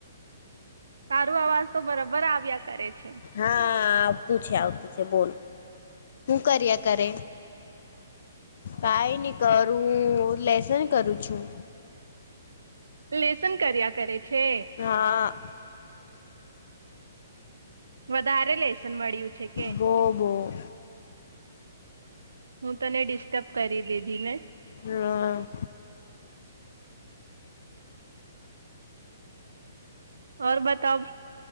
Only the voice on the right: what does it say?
તારું અવાજ તો બરાબર આવ્યા કરે છે.
લેસન કર્યા કરે છે.
વધારે લેસન મળ્યું છે. કે
હું તને ડિસ્ટર્બ કરી દીધી ને.
ઓર બતાવ